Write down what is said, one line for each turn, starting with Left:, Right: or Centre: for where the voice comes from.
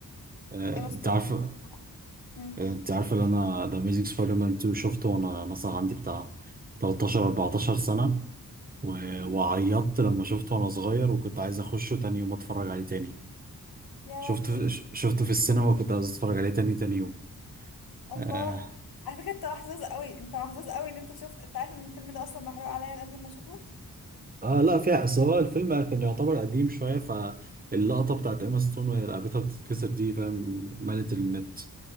Right: آه،
Left: إيما ستون
Right: انت عارفه
Left: و... مم.
Right: آه، انت عارفه اللي انا ده اميزنج سبايدر مان 2 شفته وانا مثلا عندي بتاع 13 14 سنه و- وعيطت لما شفته وانا صغير وكنت عايز اخشه تاني يوم اتفرج عليه تاني
Left: يا
Right: شفته
Left: لهوي
Right: ش- شفته في السينما وكنت عايز اتفرج عليه تاني تاني يوم
Left: الله
Right: اه,
Left: على فكرة انت محظوظ قوي انت محظوظ قوي ان انت شفت انت عارف ان الفيلم ده اصلا محروق عليا قبل ما اشوفه
Right: آه لا فيها اصل هو الفيلم كان يعتبر قديم شوية فاللقطة بتاعت ايما ستون وهي رقبتها بتتكسر دي فاهم مالت النت